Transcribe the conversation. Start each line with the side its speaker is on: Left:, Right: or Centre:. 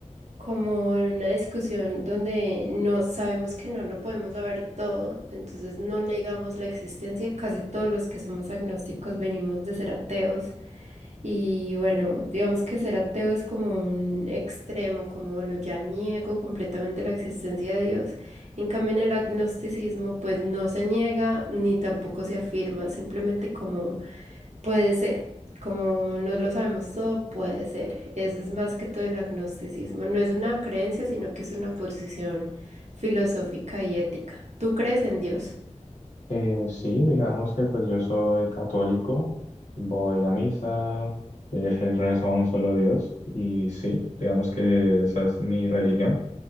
Right: como en una discusión donde no sabemos que no lo podemos saber todo, entonces no negamos la existencia. Casi todos los que somos agnósticos venimos de ser ateos y bueno, digamos que ser ateo es como un extremo, como bueno, ya niego completamente la existencia de Dios. En cambio, en el agnosticismo, pues no se niega ni tampoco se afirma, simplemente como Puede ser, como no lo sabemos todo, puede ser. Eso es más que todo el agnosticismo. No es una creencia, sino que es una posición filosófica y ética. ¿Tú crees en Dios?
Left: Eh, sí, digamos que pues yo soy católico, voy a misa, eh, rezo a un solo Dios, y sí, digamos que esa es mi religión.